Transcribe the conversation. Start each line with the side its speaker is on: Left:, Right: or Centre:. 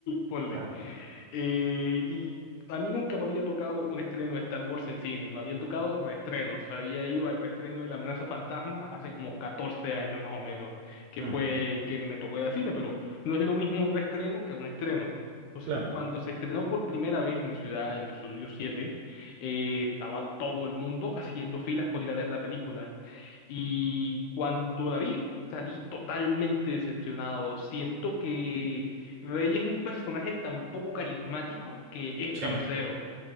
Left: ponle.
Right: claro,
Left: Eh, y a mí nunca me había tocado un estreno de Star Wars en cine, me habían tocado reestrenos. Había ido al reestreno de La Amenaza Fantasma hace como 14 años más o menos, que
Right: Mm,
Left: fue que me tocó ir al cine, pero no es lo mismo un reestreno que un estreno. Entonces,
Right: claro,
Left: cuando se estrenó por primera vez en mi ciudad el episodio siete eh, estaba todo el mundo haciendo filas por ir a ver la película. Y cuando la vi, salí totalmente decepcionado. Siento que Rey es un personaje tan poco carismático que es
Right: sí,
Left: grosero.